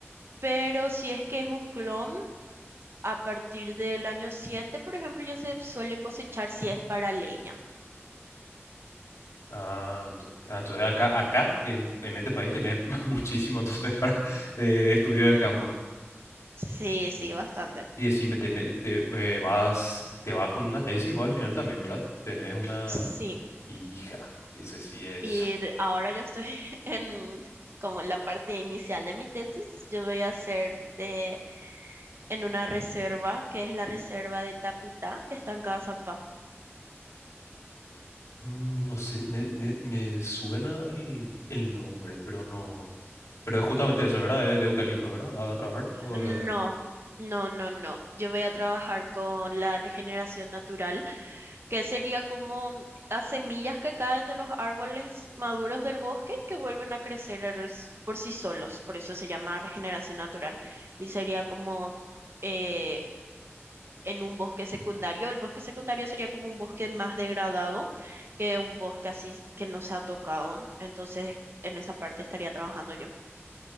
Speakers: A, on the right (about 60°); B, on the left (about 85°).
A: pero si es que es un clon, a partir del año 7 por ejemplo, ya se suele cosechar si es para leña.
B: Ah, ent- ah, entonces acá, acá en, en este país tenés <laughs> muchísimo entonces para, de, de estudio de campo.
A: Sí, sí,
B: Sí.
A: bastante.
B: Y decime, tené- te, eh, vas, te vas con una tesis vos al final también, ¿verdad? Tenés una
A: Sí,
B: hija, y ese sí es...
A: y de- ahora yo estoy <laughs> en como en la parte inicial de mi tesis. Yo voy a hacer de- en una reserva, que es la reserva de Taputá, que está en Cazapá.
B: Mm, No sé, me, me- me suena el, el nombre, pero no. Pero es justamente eso, ¿verdad? De, de eucaliptos, ¿verdad? ¿Vas a trabajar? o
A: No,
B: de-
A: no, no, no. Yo voy a trabajar con la regeneración natural, que sería como las semillas que caen de los árboles maduros del bosque que vuelven a crecer es- por sí solos. Por eso se llama regeneración natural. Y sería como eh, en un bosque secundario. El bosque secundario sería como un bosque más degradado que un bosque así que no se ha tocado. Entonces, en esa parte estaría trabajando yo.